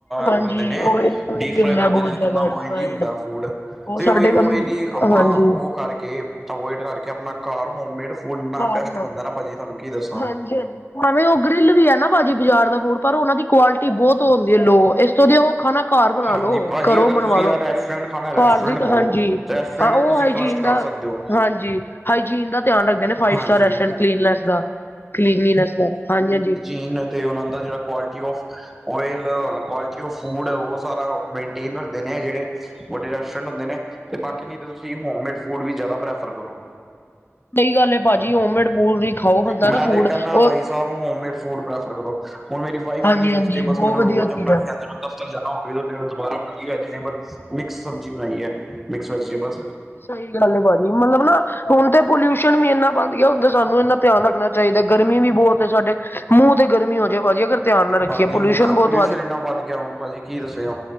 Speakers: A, on the left; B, in the centre.
A: ਹਾਂਜੀ
B: ਓ ਕਰਦੇ ਨੇ
A: ਓਇਲੀ ਓਇਲੀ
B: ਡੀਪ ਫਰਾਈ
A: ਹੁੰਦਾ
B: ਕਰਦੇ
A: ਬਹੁਤ
B: ਨੇ
A: ਜ਼ਿਆਦਾ
B: ਕਿੰਨਾ ਓਔਲੀ
A: ਰਿਫਾਇੰਡ
B: ਹੁੰਦਾ ਫੂਡ।
A: ਉਹ
B: ਤੇ
A: ਸਾਡੇ
B: ਉਹੀ ਉਲਈ
A: ਹਾਂਜੀ
B: ਲਈ ਆਪਾਂ ਉਹ ਕਰਕੇ ਅਵੋਇਡ ਕਰਕੇ ਆਪਣਾ ਘਰ ਹੋਮੇਡ ਫੂਡ
A: ਘਰ
B: ਨਾ ਆਪਣਾ ਬੈਸਟ
A: ਬਣਾਓ
B: ਬਣਦਾ ਨਾ ਭਾਜੀ ਤੁਹਾਨੂੰ ਕੀ ਦੱਸਾਂ।
A: ਹਾਂਜੀ- ਹਾਂਜੀ ਭਾਵੇਂ ਉਹ ਗਰਿੱਲ ਵੀ ਆ ਨਾ ਭਾਜੀ ਬਾਜ਼ਾਰ ਦਾ ਫੂਡ ਪਰ ਉਹਨਾ ਦੀ ਕੁਆਲਿਟੀ ਬਹੁਤ ਹੁੰਦੀ ਓ ਲੋ। ਇਸ ਕਦੀ ਉਹ ਖਾਣਾ ਘਰ ਬਣਾ
B: ਹਾਂਜੀ
A: ਲੋ,
B: ਭਾਜੀ
A: ਘਰੋ
B: ਅਗਰ
A: ਬਨਵਾਲੋ,
B: ਤੁਸੀਂ ਯਾਰ ਰੈਸਟੋਰੈਂਟ ਖਾਣਾ ਰੈਸਟੋਰੈਂਟ
A: ਘਰ ਦੀ
B: ਖਾਓ
A: ਹਾਂਜੀ।
B: ਰੈਸਟੋਰੈਂਟ
A: ਹਾਂ ਉਹ
B: ਤੇ ਤੁਸੀਂ
A: ਹਾਈਜੀਨ
B: ਟਰੱਸਟ
A: ਦਾ
B: ਕਰ ਸਕਦੇ ਹੋ
A: ਹਾਂਜੀ, ਹਾਈਜੀਨ ਦਾ ਧਿਆਨ ਰੱਖਦੇ ਨੇ।
B: ਹਾਂਜੀ
A: ਹਾਂਜੀ-ਹਾਂਜੀ।
B: ਇਹਨਾ ਤੇ ਉਹਨਾਂ ਦਾ ਜਿਹੜਾ ਕੁਆਲਟੀ ਔਫ ਓਇਲ ਕੁਆਲ- ਤੇ ਉਹ ਫੂਡ ਏ ਬਹੁਤ ਸਾਰਾ ਮੇਨਟੇਨ ਰੱਖਦੇ ਨੇ ਜਿਹੜੇ ਵੱਡੇ ਰੈਸਟੋਰੈਟ ਹੁੰਦੇ ਨੇ ਬਾਕੀ ਨੀ ਤੁਸੀ ਹੋਮਮੇਡ ਫੂਡ ਵੀ ਜਿਆਦਾ ਪ੍ਰੈਫਰ ਕਰੋ।
A: <inaudible> ਹੈ ਭਾਜੀ ਹੋਮਮੇਡ ਫੂਡ ਹੀ ਖਾਓ ਬੰਦਾ
B: ਮੈਂ
A: ਨਾ ਫੂਡ
B: ਤੇ ਕਹਿਨਾ
A: ਉਹ
B: ਬਾਈ ਸਾਬ ਹੋਮਮੇਡ ਫੂਡ ਪ੍ਰੈਫਰ ਕਰੋ। ਹੁਣ ਮੇਰੀ ਵਾਈਫ
A: ਹਾਂਜੀ
B: ਇੰਨੀ
A: ਹਾਂਜੀ
B: ਵੈਜੀਟੇਬ ਬਸ
A: ਬਹੁਤ
B: ਮੈਨੂੰ
A: ਵਧੀਆ
B: ਰੋਜ਼ ਆਪਣਾ
A: ਚੀਜ਼ ਆ
B: ਦਫਤਰ ਜਾਣਾ ਹੋਵੇ ਦੁਬਾਰਾ ਬਣਾਈ ਵੈਜੀਟੇਬਲ ਮਿਕਸ ਸਬਜ਼ੀ ਬਣਾਈ ਐ ਮਿਕਸ ਵੈਜੀਟੇਬਲਸ।
A: ਸਹੀ ਗੱਲ ਆ ਭਾਜੀ ਮਤਲਬ ਨਾ ਹੁਣ ਤੇ ਪੋਲਿਊਸ਼ਨ ਵੀ ਇੰਨਾ ਵਧ ਗਿਆ ਹੁੰਦਾ ਸਾਨੂੰ ਧਿਆਨ ਰੱਖਣਾ ਚਾਹੀਦਾ ਗਰਮੀ ਵੀ ਬਹੁਤ ਏ ਸਾਡੇ। ਮੂੰਹ ਤੇ ਗਰਮੀ ਹੋ ਜਾਏ ਭਾਜੀ ਅਗਰ ਧਿਆਨ ਨਾ ਰੱਖੀਏ
B: ਹਾਂਜੀ ਹੁਣ
A: ਬਹੁਤ
B: ਪੋਲਿਊਸ਼ਨ ਇੰਨਾ ਵੱਧ ਗਿਆ ਹੁਣ ਭਾਜੀ ਕੀ ਦੱਸਿਆ